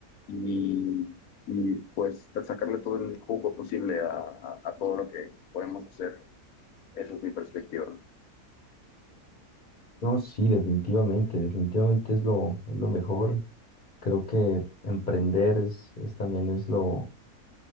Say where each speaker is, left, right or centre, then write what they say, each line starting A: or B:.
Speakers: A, on the left; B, on the left.
A: y, y, pues sacarle todo el jugo posible a, a- a todo lo que podemos hacer. Esa es mi perspectiva.
B: No, sí, definitivamente, definitivamente es lo, es lo mejor. Creo que emprender es, es también es lo,